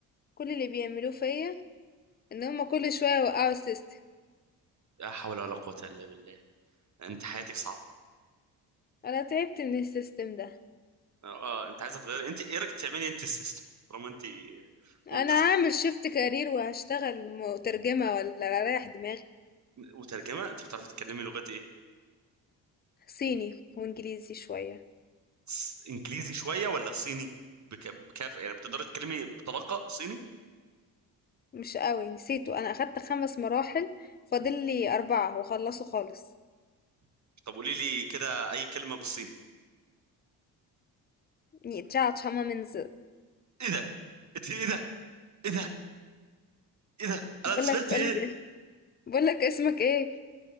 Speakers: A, on the left (about 20°); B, on the right (about 35°).
A: كل اللي بيعملوه فيا ان هما كل شوية يوقعوا السيستم
B: لا حول ولا قوة إلا بالله انت حياتك صعبه
A: انا تعبت من السيستم ده
B: اه آه، انت عايزه تغير انت ايه رايك تعملي انت السيستم طالما انت
A: انا
B: وب
A: هعمل شيفت كارير وهشتغل مترجمة ولا رايح دماغي
B: <laughs> وترجمه انت بتعرفي تتكلمي لغات ايه
A: صيني وانجليزي شوية
B: ص- انجليزي شويه ولا صيني بك... بكافة يعني بتقدري تتكلمي بطلاقه صيني
A: مش قوي نسيته انا اخدت خمس مراحل فاضل لي اربعة وخلصوا خالص
B: طب قولي لي كده اي كلمه بالصيني
A: ني تشاتش هما منز
B: ايه ده انت ايه ده ايه ده ايه ده
A: بقولك
B: انا سمعت
A: بقولك
B: ايه
A: بقولك اسمك ايه